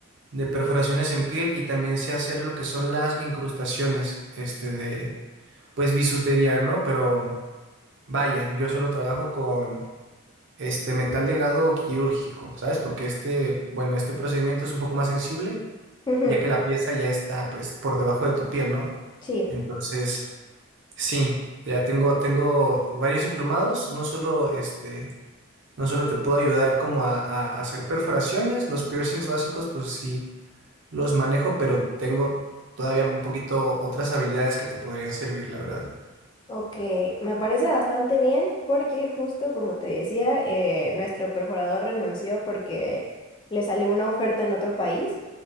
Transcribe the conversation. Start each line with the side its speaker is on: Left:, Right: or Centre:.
Right: de perforaciones en piel y también sé hacer lo que son las incrustaciones, este de, pues bisutería, ¿no? Pero vaya, yo solo trabajo con este metal de grado quirúrgico, ¿sabes? Porque este, bueno, este procedimiento es un poco más sensible,
Left: ujú,
Right: ya que la pieza ya está, pues, por debajo de tu piel, ¿no?
Left: Sí,
Right: Entonces, sí, ya tengo, tengo varios diplomados, no solo este, no solo te puedo ayudar como a, a hacer perforaciones, los piercings básicos, pues sí los manejo, pero tengo todavía un poquito otras habilidades que te podrían servir, la verdad.
Left: ok. Me parece bastante bien porque justo como te decía, eh, nuestro perforador renunció porque le salió una oferta en otro país